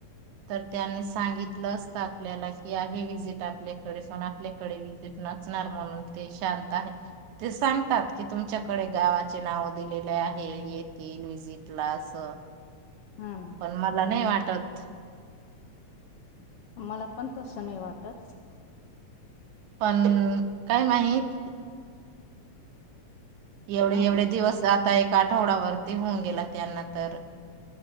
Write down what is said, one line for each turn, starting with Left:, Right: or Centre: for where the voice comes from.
Right: तर त्यांनी सांगितलं असतं आपल्याला की आहे विजिट आपल्याकडे आपल्याकडे विजिट नचणार म्हणून ते शांत आहे ते सांग तात की तुमच्याकडे गावाचे नाव दिलेले आहे येथील विजिटला अस
Left: हा
Right: पण मला नाही वाटत
Left: मला पण तसं नाही वाटत.
Right: पण काय माहित? एवढे
Left: हा
Right: एवढे दिवस आता एका आठवडावरती होऊन गेला त्यांना तर